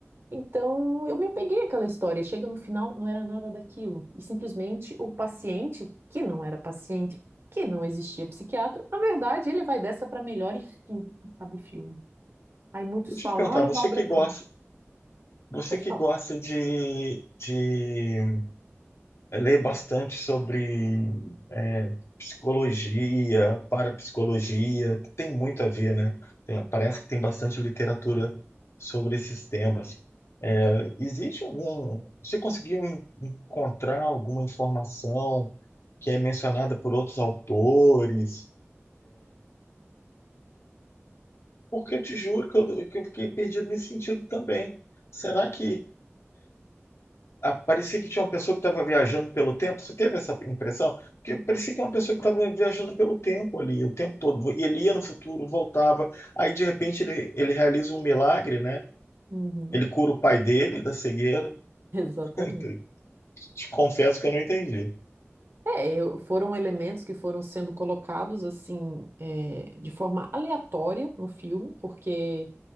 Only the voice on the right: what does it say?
Então eu me apeguei àquela história. e Chega no final, não era nada daquilo. E simplesmente o paciente, que não era paciente, que não existia psiquiatra, na verdade ele vai dessa para melhor e fim, acaba o filme. Aí muitos
falam,
ah,
é uma obra-prima.
Pode
falar.
Uhum,
<laughs> exatamente.
É, eu- foram elementos que foram sendo colocados assim, é, de forma aleatória no filme, porque